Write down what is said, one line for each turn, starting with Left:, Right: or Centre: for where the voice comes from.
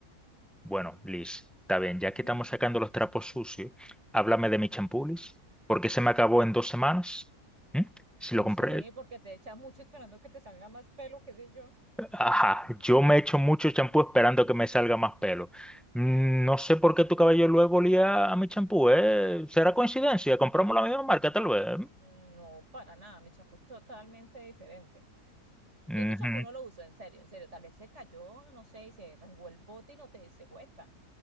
Centre: Bueno, Liz, está bien, ya que estamos
Right: Mm,
Centre: sacando los trapos sucios, háblame de mi champú, Liz, porque se me acabó en dos semanas. ¿Mm? Si
Right: no
Centre: lo compré,
Right: sé, porque te echas mucho esperando que te salga más pelo, qué sé yo.
Centre: ajá, yo me echo mucho champú esperando que me salga más pelo. Mm, No sé por qué tu cabello luego olía a mi champú, ¿eh? ¿Será coincidencia? ¿Compramos la misma marca, tal vez?
Right: No, para nada, mi champú es totalmente diferente.
Centre: Ujú,
Right: Yo tu champú no lo uso, en serio, en serio. Tal vez se cayó, no sé, y se rasgó el bote y no te diste cuenta.